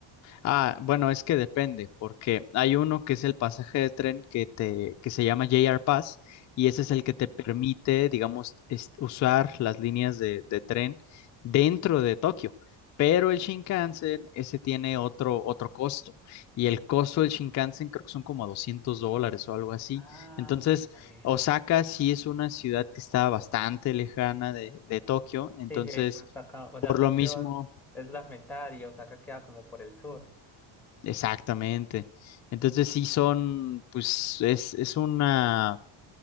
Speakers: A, on the left; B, in the centre.
A: Ah, bueno, es que depende, porque hay uno que es el pasaje de tren que te, que se llama JR Pass, y ese es
B: Sí.
A: el que te permite, digamos, es- usar las líneas de, de tren dentro de Tokio. Pero el Shinkansen, ese tiene otro, otro costo. Y el costo del Shinkansen creo que son como 200 dólares o algo así.
B: Ah,
A: Entonces,
B: ok, vale.
A: Osaka sí es una ciudad que está bastante lejana de, de Tokio. Entonces,
B: Sí, sí, he visto hasta acá. O sea,
A: por
B: Tokio
A: lo mismo.
B: es la mitad y Osaka queda como por el sur.
A: Exactamente. Entonces sí son, pues es, es una